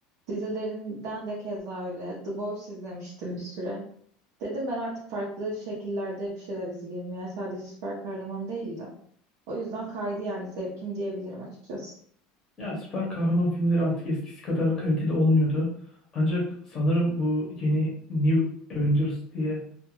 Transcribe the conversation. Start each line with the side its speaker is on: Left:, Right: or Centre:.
Right: Dizilerinden de keza öyle. The Boys izlemiştim bir süre. Dedim ben artık farklı şekillerde bir şeyler izleyeyim. Yani sadece süper kahraman değil de. O yüzden kaydı yani zevkim diyebilirim açıkçası.
Left: Ya süper kahraman filmleri artık eskisi kadar kaliteli olmuyordu. Ancak sanırım bu yeni New Avengers diye